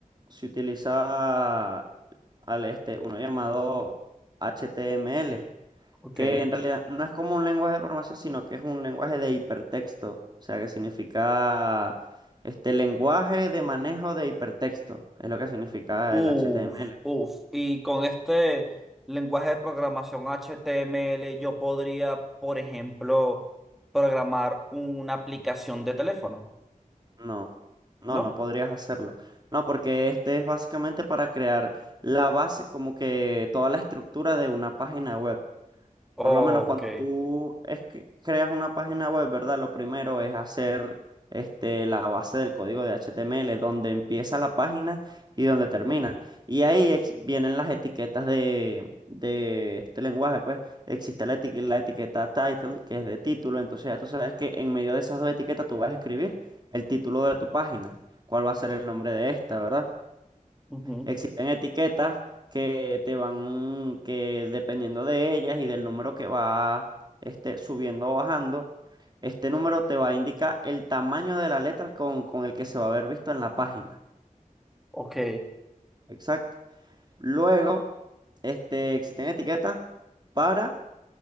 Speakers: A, on the right; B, in the centre.
A: se utiliza al, este, uno llamado HTML
B: Ok.
A: que en realidad no es como un lenguaje de programación, sino que es un lenguaje de hipertexto, o sea, que significa este lenguaje de manejo de hipertexto, es lo que significa
B: Uf,
A: el HTML.
B: uf. Y con este lenguaje de programación HTML, yo podría, por ejemplo, programar una aplicación de teléfono,
A: No, no,
B: ¿no?
A: no podrías hacerlo. No, porque este es básicamente para crear la base, como que toda la estructura de una página web.
B: Ok,
A: Por lo menos cuando tú es que creas una página web, ¿verdad? Lo primero es hacer este, la base del código de HTML, donde empieza la página y donde termina. Y ahí ex- vienen las etiquetas de, de este lenguaje, pues existe la, eti- la etiqueta title, que es de título, entonces ya tú sabes que en medio de esas dos etiquetas tú vas a escribir el título de tu página, cuál va a ser el nombre de esta, ¿verdad?
B: Ujú,
A: Existen etiquetas que te van, que dependiendo de ellas y del número que va este, subiendo o bajando, este número te va a indicar el tamaño de la letra con, con el que se va a haber visto en la página.
B: ok.
A: Exacto. Luego, este, existen etiquetas para